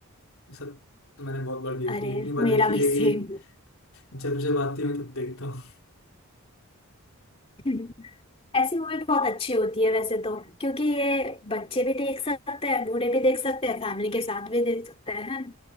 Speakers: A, on the left; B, on the left.
A: ये सब तो मैंने बहुत बार देखी
B: अरे
A: है इतनी बार
B: मेरा
A: देखी
B: भी
A: है
B: सेम
A: कि जब जब आती हूँ तब देखता हूँ
B: <laughs> ऐसी मूवी बहुत अच्छी होती है वैसे तो क्योंकि ये बच्चे भी देख सकते हैं बूढ़े भी देख सकते हैं फैमिली के साथ भी देख सकते हैं है ना